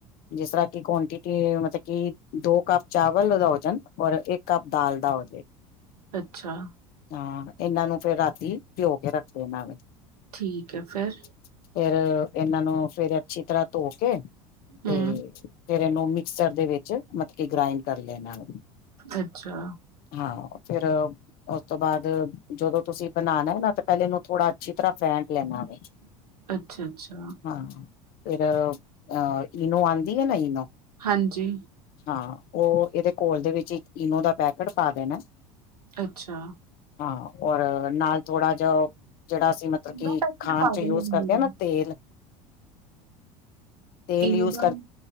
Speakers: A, on the left; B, on the right.
A: ਜਿਸ ਤਰਾ ਕੀ ਕੁਆਂਟਿਟੀ ਮਤਅ ਕਿ ਦੋ ਕਾੱਪ ਚਾਵਲ ਦਾ ਹੋ ਜਾਨ ਔਰ ਇੱਕ ਕਾੱਪ ਦਾਲ ਦਾ ਹੋ ਜੇ।
B: ਅੱਛਾ।
A: ਹਾਂ, ਏਨਾਂ ਨੂੰ ਫੇਰ ਰਾਤੀ ਭੇਓ ਕੇ ਰੱਖ ਦੇਨਾ ਵੇ।
B: ਠੀਕ ਐ, ਫੇਰ?
A: ਫੇਰ, ਇਨਾਂ ਨੂੰ ਫੇਰ ਅੱਛੀ ਤਰਾ ਧੋ ਕੇ, ਤੇ
B: ਹਮ
A: ਫੇਰ ਏਨੂੰ ਮਿਕਸਰ ਦੇ ਵਿੱਚ ਮਤ ਕਿ ਗ੍ਰਾਇੰਡ ਕਾਰ ਲੇਨਾ ਵੇ।
B: ਅੱਛਾ।
A: ਹਾਂ, ਫੇਰ ਉਸ ਤੋ ਬਾਦ, ਜਦੋਂ ਤੂਸੀ ਬਨਾਨੇ ਨਾ, ਤੇ ਪੈਲੇ ਇਨੂੰ ਥੋੜਾ ਅੱਛੀ ਤਰਾ ਫੈਂਟ ਲੈਨਾ ਵੇ।
B: <inaudible> ਅੱਛਾ
A: ਹਾਂ, ਫੇਰ ਅ ਈਨੋ ਆਂਦੀ ਏ ਨਾ ਈਨੋ
B: ਹਾਂਜੀ।
A: ਹਾਂ ਓ ਇਹਦੇ ਕੋਲ ਦੇ ਵਿੱਚ ਇੱਕ ਇਨੋ ਦਾ ਪੈਕੇਟ ਪਾ ਦੇਨੈ।
B: ਅੱਛਾ।
A: ਹਾਂ ਔਰ ਨਾਲ ਥੋੜਾ ਜਾ ਜੇੜਾ ਅਸੀਂ ਮਤਲਬ
B: ਪੂਰਾ
A: ਕਿ
B: ਪੈਕਟ
A: ਖਾਨ
B: ਪਾ
A: ਚ ਯੂਜ
B: ਦੇਣਾ
A: ਕਰਦੇ ਆ ਨਾ ਤੇਲ। ਤੇਲ
B: ਇਨੂੰ
A: ਯੂਜ
B: ਦਾ
A: ਕਰ